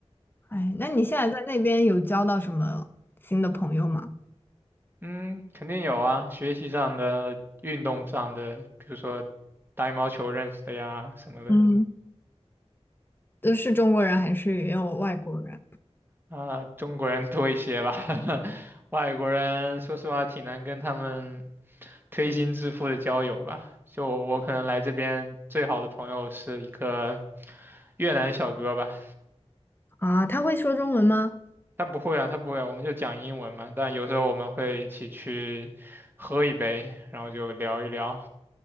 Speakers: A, on the left; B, on the right.
A: 哎，那你现在在那边有交到什么新的朋友吗？
B: 嗯，肯定有啊，学习上的、运动上的，比如说打羽毛球认识的呀什么的。
A: 嗯，都是中国人还是也有外国人？
B: 啊、中国人多一些吧，<laughs> 外国人说实话挺难跟他们推心置腹的交友吧。就我可能来这边最好的朋友是一个越南小哥吧，
A: 啊，他会说中文吗？
B: 他不会啊，他不会啊我们就讲英文嘛。但有时候我们会一起去喝一杯，然后就聊一聊。